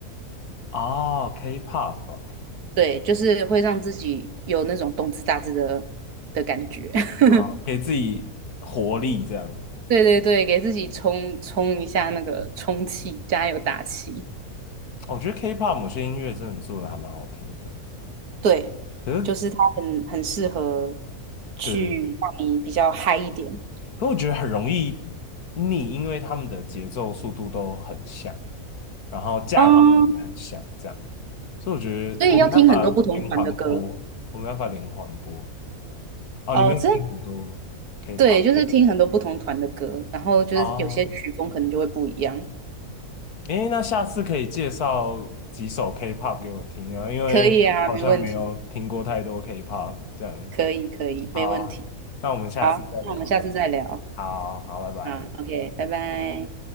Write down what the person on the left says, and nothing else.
哦，K-pop 哦，
啊，给自己活力这样。
我觉得 K-pop 某些音乐真的做的还蛮好听的，
可是
对，可是我觉得很容易腻，因为他们的节奏速度都很像，然后架构也很像，
这样，所以我觉得我们要把连环播，
我们要把连环播。哦，
你没有听很多
K-pop
哦，诶，那下次可以介绍几首 K-pop 给我听呢？因为好像没有听过太多
K-pop 这样。
好啊，
那我们下次再聊。
好好，拜拜。